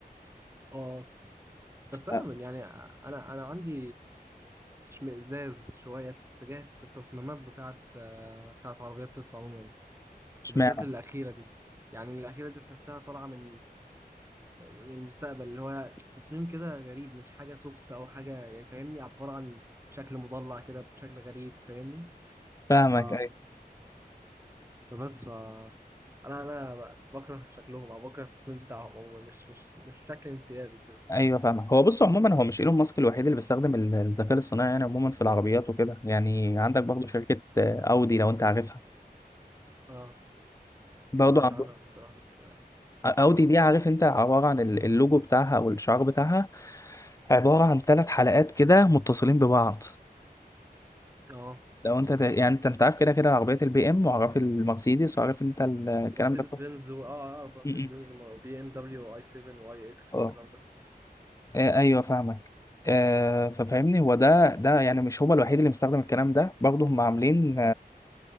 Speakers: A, on the right; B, on the left.
A: آه. بس أنا
B: آه،
A: يعني أنا أنا عندي اشمئزاز شوية تجاه التصميمات بتاعت بتاعت عربيات تسلا عموما
B: اشمعنى
A: وبالذات الأخيرة دي يعني الأخيرة دي تحسها طالعة من من المستقبل اللي هو تصميم كده غريب مش حاجة سوفت أو حاجة يعني فاهمني عبارة عن شكل مضلع كده بشكل غريب فاهمني
B: فاهمك
A: ف...
B: ايوه
A: فبس ف... أنا أنا ب- بكره شكلهم أو بكره التصميم بتاعهم هو مش مش مش شكل انسيابي كده
B: ايوه فاهمك هو بص عموما هو مش ايلون ماسك الوحيد اللي بيستخدم ال- الذكاء الصناعي يعني عموما في العربيات وكده يعني عندك برضه شركه آه، اودي لو انت عارفها
A: أه
B: برضه
A: مسمعش
B: عندهم
A: عنها الصراحة بس
B: اودي
A: أه
B: دي عارف انت عباره عن ال- اللوجو بتاعها او الشعار بتاعها عباره عن ثلاث حلقات كده متصلين ببعض
A: أه
B: لو انت ت- يعني انت انت عارف كده كده عربيات البي ام وعارف المرسيدس وعارف انت ال- الكلام
A: مرسيدس
B: ده كله
A: بنز و... أه أعرف مرسيدس
B: م- م.
A: بنز وبي إم دبليو وآي 7 وآي إكس
B: اه
A: والكلام ده
B: آه، ايوه فاهمك آه، ففهمني هو ده ده يعني مش هو الوحيد اللي مستخدم الكلام ده برضه هم عاملين